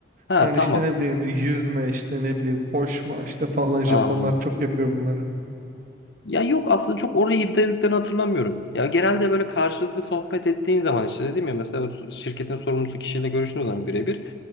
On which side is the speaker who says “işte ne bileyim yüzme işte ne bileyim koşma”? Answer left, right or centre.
Right